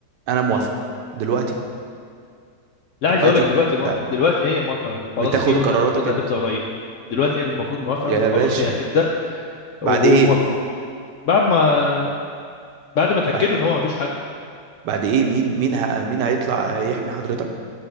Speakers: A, on the right; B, on the left.
A: انا موافقه
B: مم.
A: دلوقتي
B: لا
A: دلوقتي
B: عايز اقول لك دلوقتي
A: انت
B: ما... دلوقتي هي موافقه وخلاص
A: بتاخد
B: في هدنه
A: قراراتك
B: المفروض
A: امتى
B: هتبدا قريب دلوقتي هي المفروض موافقه
A: يا
B: وخلاص
A: باشا
B: هي هتبدا
A: بعد
B: وهو
A: ايه
B: موافق بعد ما بعد ما اتاكدوا
A: بعد
B: ان هو ما فيش حل
A: بعد ايه مين مين ه... مين هيطلع يحمي حضرتك